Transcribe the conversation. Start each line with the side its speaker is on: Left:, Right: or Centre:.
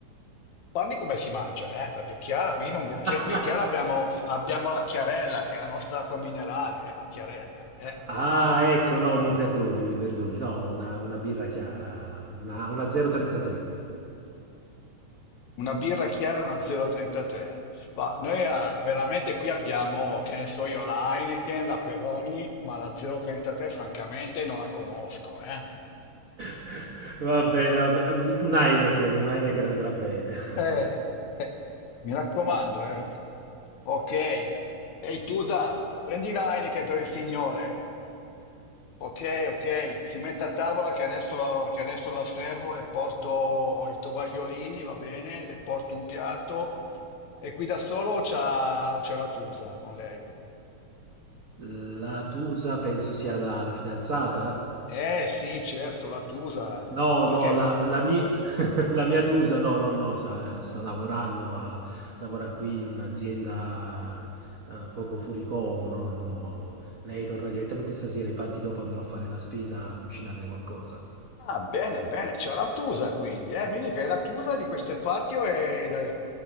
Left: Parli come si mangia, eh? Perché Chiara, qui, non, vu- chi-
Right: <laughs>
Left: qui Chiara abbiamo, abbiamo la Chiarella, che è la nostra acqua minerale, eh, la Chiarella. eh.
Right: Ah, ecco, no, mi perdoni, mi perdoni. No, una, una birra chiara, una, una 033.
Left: Una birra chiara, una 0,33. Ma noi ah, veramente qui abbiamo, che ne so io, la Heineken, la Peroni, ma la 0,33 francamente non la conosco, eh?
Right: <laughs> Va bene, va bene. Un, un Heineken, un Heineken andrà bene.
Left: Eh, eh, mi raccomando, eh. Ok. Ehi, Tusa, prendi la Heineken per il signore. Ok, ok, si mette a tavola che adesso, che adesso la servo, le porto i tovagliolini, va bene, le porto un piatto e qui da solo c'ha, c'ha la Tusa con lei.
Right: <laughs> La Tusa penso sia la, la fidanzata?
Left: Eh sì, certo, la Tusa.
Right: No,
Left: Perché?
Right: no, la, la mi- <laughs> la mia Tusa, no, no, no, sta, sta lavorando, a- lavora qui in un'azienda eh, poco fuori como, no, no, no. Lei torna direttamente stasera, infatti dopo andrò a fare la spesa a cucinarle qualcosa.
Left: Ah, bene, bene, c'è la Tusa quindi. Eh, mi dica, è la Tusa di queste parti o è, del,